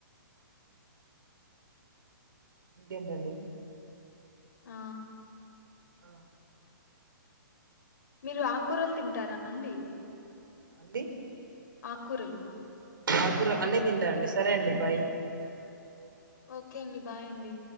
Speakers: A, on the right; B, on the left.
A: ఇంకేంటండి
B: ఆ
A: ఆ
B: మీరు ఆకూరలు తింటారా అండి
A: అండి
B: అక్కురాలు
A: ఆకురు అన్నీ తింటా అండి సరే అండి బాయ్
B: ఓకే అండి బాయ్ అండి